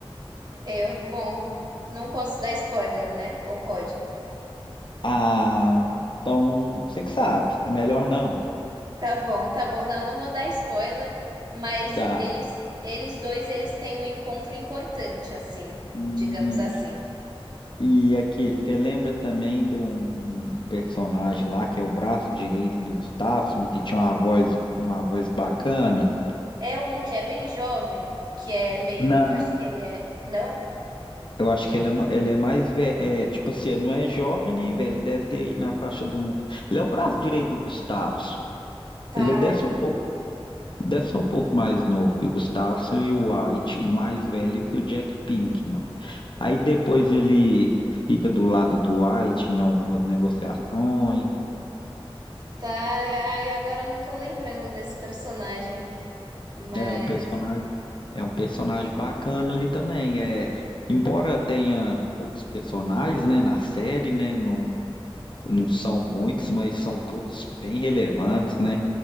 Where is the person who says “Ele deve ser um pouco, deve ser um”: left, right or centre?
Left